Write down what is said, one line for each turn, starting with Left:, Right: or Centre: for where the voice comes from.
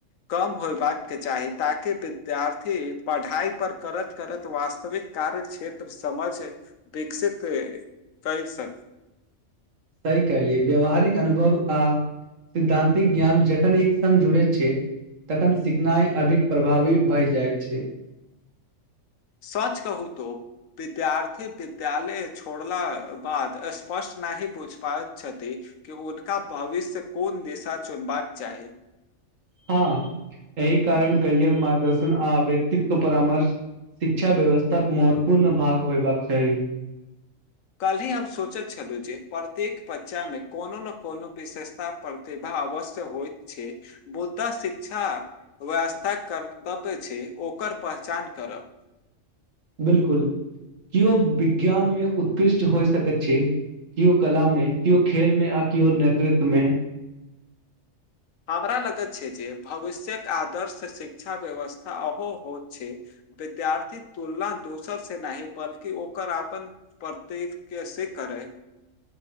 Left: कम होयबाक चाही ताकि विद्यार्थी पढ़ाइ पर करत करत वास्तविक कार्य क्षेत्र समझ विकसित कहि सकत
Right: सही कहलियै व्यावहारिक अनुभव आ सैद्धान्तिक ज्ञान जखन एक संग जुड़ै छै तखन सिखनाइ अधिक प्रभावी भय जाय छै।
Left: सच कहू तं विद्यार्थी विद्यालय छोड़ला बाद स्पष्ट नहि बूझ पाइत छथि कि हुनका भविष्य कोन दिशा चुनबाक चाही।
Right: हँ, एहि कारण करियर मारगदर्शन आ व्यक्तित्व परामर्श शिक्षा व्यवस्थाक महत्वपूर्ण भाग होयबाक चाही।
Left: काल्हि हम सोचैत छलहुँ जे प्रत्येक बच्चा मे कोनो ने कोनो विशेषता प्रतिभा अवश्य होइत छै बूता शिक्षा व्यस्था कर्तव्य छै ओकर पहचान करब।
Right: बिलकुल, कियो विज्ञान मे उत्कृष्ट हो सकैत छै कियो कला में, कियो खेल में आ कियो नेतृत्व मे।
Left: हमरा लगैत छै जे भविष्य्यक आदर्श शिक्षा व्यवस्था ओहो होत छै विद्यार्थीक तुलना दोसर से नहि बल्कि ओकर अपन प्रत्येक कैसे करै